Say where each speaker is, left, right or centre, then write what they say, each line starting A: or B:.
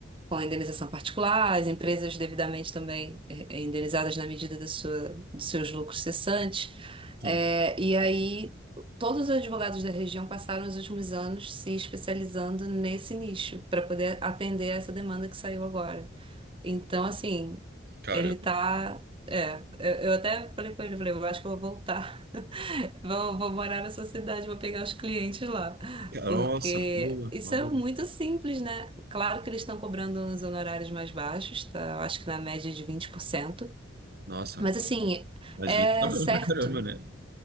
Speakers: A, on the right (about 30°); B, on the right (about 55°).
A: com a indenização particular, as empresas devidamente também eh, eh, indenizadas na medida da sua, dos seus lucros cessantes.
B: Sim.
A: Eh, e aí, todos os advogados da região passaram os últimos anos se especializando nesse nicho, para poder atender essa demanda que saiu agora. Então, assim,
B: Caramba.
A: ele tá. É, eu, eu até falei com ele, falei, eu acho que eu vou voltar Vou, vou morar na sua cidade, vou pegar os clientes lá.
B: Nossa,
A: Porque
B: uma boa,
A: isso
B: uma boa.
A: é muito simples, né? Claro que eles estão cobrando uns honorários mais baixos, tá? Eu Acho que na média de 20%.
B: Nossa,
A: Mas assim,
B: mas
A: é
B: vinte. tá bom
A: certo.
B: pra caramba, né?